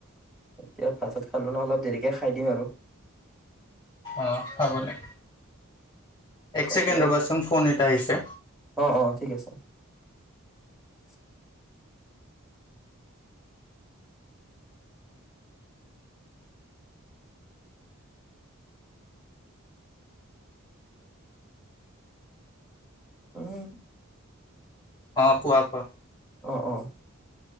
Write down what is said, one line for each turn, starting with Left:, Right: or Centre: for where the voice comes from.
Centre: এতিয়া ভাত-ছাত খালো ন অলপ দেৰিকে খাই দিম আৰু ।
Left: অ খাবলৈ এক
Centre: তাকে
Left: ছেকেণ্ড ৰ'বাচোন ফোন এটা আহিছে
Centre: অ', অ', ঠিক আছে। <unintelligible> উম ।
Left: অ কোৱা কোৱা
Centre: অ অ